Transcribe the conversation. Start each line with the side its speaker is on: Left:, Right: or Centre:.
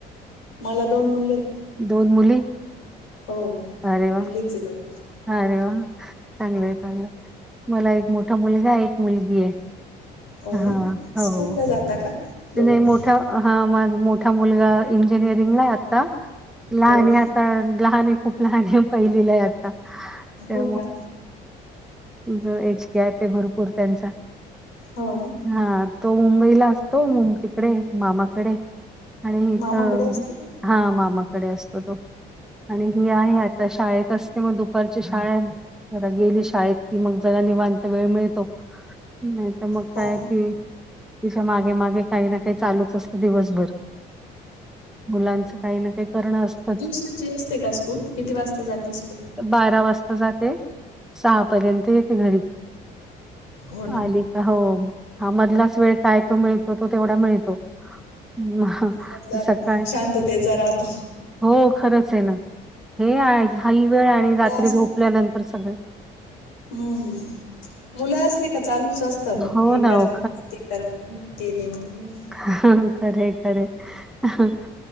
Left: मला दोन मुले
Centre: दोन मुली
Left: हो
Centre: अरे वाह!
Left: मुलीचे दोन
Centre: अरे वा चांगलंय चांगलंय मला एक मोठा मुलगा एक मुलगी आहे
Left: हो
Centre: हां,
Left: ना
Centre: हो.
Left: स्कूलला जात का? दोघं
Centre: नाही मोठा हा माझ मोठा मुलगा इंजिनिअरिंगला आता लहान
Left: हो ना
Centre: तर लहान खूप लहान पहिलीला आहे आता त्या
Left: हो का
Centre: जो एचक आहे ते भरपूर त्यांचा
Left: हो ना
Centre: हा तो मुंबईला अस. तो म तिकडे मामाकडे आणिच
Left: मामाकडे असतो का?
Centre: हा मामाकडे असतो तो. आणि ही आहे आता शाळेतसते मग दुपारची शाळा आहे. जरा गेली शाळेत कि मग जगा निवांत वेळ मिळतो नाही तर मग
Left: हो.
Centre: काय ते तिच्या मागे मागे काही ना काही चालूच असतं दिवसभर मुलांच काही ना काही करणं असतच.
Left: दिवसाची असते का स्कूल? किती वाजता जाते स्कूल?
Centre: बारा वाजता जाते सहा पर्यंत येते घरी
Left: हो ना.
Centre: आली. होा मधलाच वेळ काय तो मिळतो तो तेवढा मिळतो ह
Left: मधला वेळ
Centre: सकाळ
Left: मग शांततेचा राहतो.
Centre: हो खरंच आहे ना हे हही वेळ आणि रात्री
Left: मुलं
Centre: झोपल्यानंतर सगळें
Left: ममम मुलं असले का चालूच असत
Centre: हो
Left: हे
Centre: ना
Left: कर
Centre: हो
Left: मम्मी ते कर मम्मी ते दे मम्मी
Centre: ह खरे खरे क